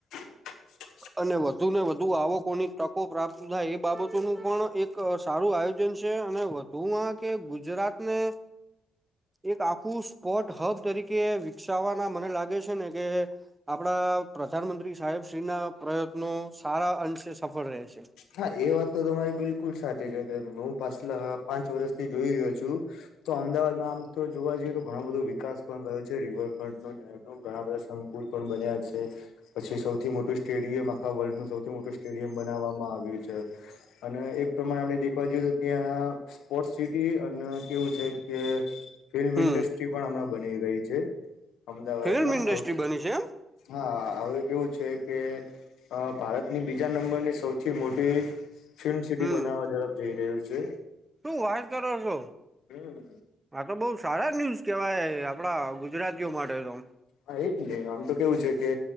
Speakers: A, on the left; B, on the right.
A: <inaudible>
B: અને વધુ ને વધુ આવકોની તકો પ્રાપ્ત થાય એ બાબતોનું પણ એક એક સારું આયોજન છે અને વધુ કે ગુજરાત ને એક આખું સ્પોટ હબ તરીકે વિકસાવવાના મને લાગે છે ને કે આપણા પ્રધાનમંત્રી સાહેબ શ્રી ના પ્રયત્નો સારા અંશે સફળ રહેશે.
A: હા એ વાત તો તમારી બિલકુલ સાચી છે કે હું પાછલા પાંચ વર્ષથી જોઈ રહ્યો છું. તો અમદાવાદમાં આમ તો જોવા જઈએ તો ઘણો બધો વિકાસ પણ ગયો છે રિવર ઘણા બધા સંકુલ પણ બન્યા છે. પછી સૌથી મોટું સ્ટેડિયમ આખા વલ્ડનું સૌ મોટું સ્ટેડિયમ બનાવવામાં આવ્યું છે અને એક પ્રમાણે આપણે જોય તો ત્યાં સ્પોર્ટ સિટી અને કેવું છે કે ફિલ્મ
B: હમ
A: ઇન્ડસ્ટ્રી પણ હમણાં બની ગઈ છે અમદાવાદમાં
B: ફિલ્મ ઇન્ડસ્ટ્રી બની છે એમ
A: હા હવે કેવું છે કે ભારતની બીજા નંબરની સૌથી મોટી ફિલ્મ સિટી
B: હમ
A: બનાવવા તરફ જઈ રહ્યું છે.
B: શું વાત કરો છો?
A: હમ
B: આતો બહુ સારા ન્યુઝ કેવાય આપણા ગુજરાતીઓ માટે તો-
A: હા એ જ ને આમ તો કેવું છે કે